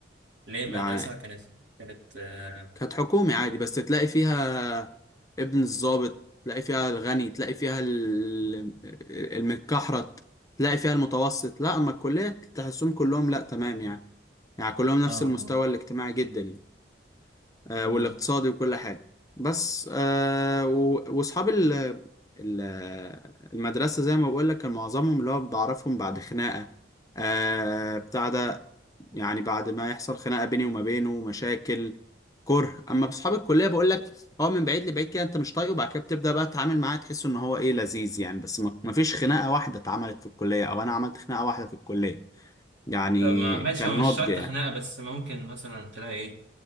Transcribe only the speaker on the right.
ليه المدرسه
كانت كانت آه
اه
اه
طب ما ماشي
هو مش
شرط
خناقة بس ممكن مثلا تلاقي ايه